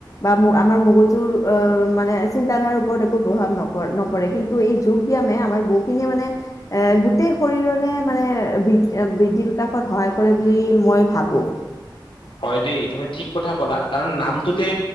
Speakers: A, on the left (about 40°); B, on the left (about 80°).
A: বা ম আমাৰ মগজুৰ অ মানে চিন্তাধাৰাৰ ওপৰত একো প্ৰভাৱ নপৰ নপৰে। কিন্তু এই- যোগ ব্যায়ামে আমাৰ বহুখিনিয়ে মানে- এ গোটেই শৰীৰৰে মানে বৃ এ বৃদ্ধি বিকাশত সহায় কৰে বুলি- মই ভাবো।
B: হয় দেই তুমি ঠিক কথা কলা। কাৰণ নামটোতে